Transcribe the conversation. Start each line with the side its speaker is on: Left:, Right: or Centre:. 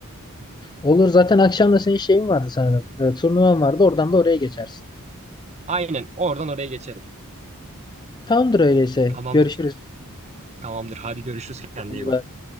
Left: Olur zaten akşam da senin şeyin vardı sanırım. E, turnuvan vardı. Oradan da oraya geçersin.
Right: Aynen oradan oraya geçerim.
Left: Tamamdır öyleyse.
Right: Tamamdır.
Left: Görüşürüz.
Right: Tamamdır. Hadi görüşürüz. Kendine
Left: İyi
Right: iyi bak.
Left: bak.